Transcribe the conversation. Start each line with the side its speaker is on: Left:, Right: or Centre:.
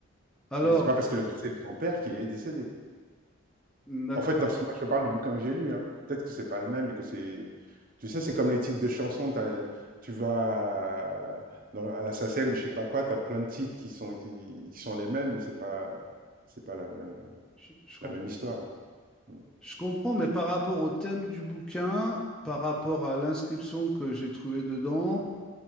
Centre: Alors,
Right: Mais c'est pas parce que le- c'est le grand-père qu'il est décédé.
Centre: d'accord,
Right: En fait, dans ce, moi, je parle du bouquin que j'ai lu. Hein. Peut-être que c'est pas le même et que c'est. Tu sais, c'est comme les titres de chansons. t'as- Tu vas à- dans, à la SACEM ou je sais pas quoi, tu as plein de titres qui sont, qui, qui sont les mêmes, mais c'est pas, c'est pas la même,
Centre: je, je
Right: la même histoire. Mm.
Centre: Je comprends, mais par rapport au thème du bouquin, par rapport à l'inscription que j'ai trouvée dedans,